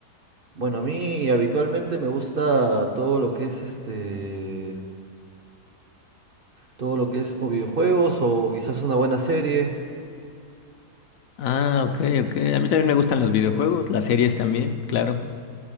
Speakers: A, on the right; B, on the left.
A: Bueno, a mí habitualmente me gusta todo lo que es este, todo lo que es o videojuegos o quizás una buena serie.
B: Ah, ok, ok. A mí también me gustan los videojuegos, las series también, claro.